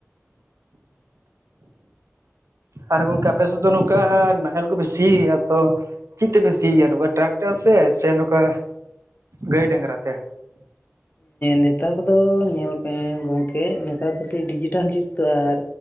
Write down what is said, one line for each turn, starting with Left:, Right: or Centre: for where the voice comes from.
Right: ᱟᱨ ᱜᱚᱝᱠᱮ ᱟᱯᱮ ᱥᱮᱫ ᱫᱚ ᱱᱚᱝᱠᱟ ᱱᱟᱦᱮᱞ ᱠᱚᱯᱮ ᱥᱤᱭᱟ ᱛᱚ? ᱪᱤᱫ ᱛᱮᱯᱮ ᱥᱤᱭ ᱜᱮᱭᱟ ᱱᱚᱠᱟ ᱴᱨᱟᱠᱴᱟᱨ ᱥᱮ ᱥᱮ ᱱᱚᱠᱟ ᱜᱟᱹᱭ ᱰᱟᱝᱨᱟ ᱛᱮ?
Left: ᱱᱤᱛᱟᱨ ᱫᱚ ᱧᱮᱞ ᱢᱮ ᱜᱚᱝᱠᱮ ᱱᱮᱛᱟᱨ ᱫᱚ ᱥᱮ ᱰᱤᱡᱤᱴᱟᱞ ᱡᱩᱜᱽ ᱛᱚ ᱟᱨ